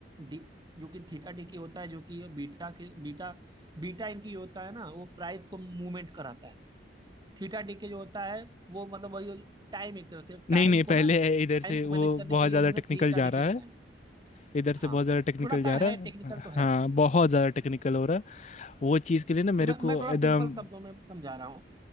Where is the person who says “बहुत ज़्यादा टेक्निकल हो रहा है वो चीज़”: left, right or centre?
Left